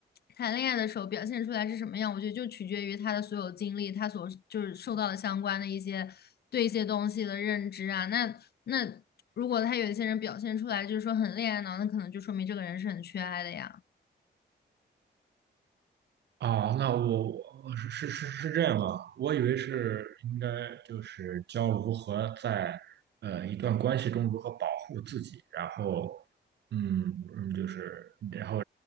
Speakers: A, on the left; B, on the right.
A: 谈恋爱的时候表现出来是什么样，我觉得就取决于他的所有经历，他所就是受到的相关的一些对一些东西的认知啊。那那如果他有一些人表现出来就是说很恋爱脑，那可能就说明这个人是很缺爱的呀。
B: 啊，那我我是是是是这样啊，我以为是应该就是教如何在呃一段关系中如何保护自己，然后嗯嗯，就是然后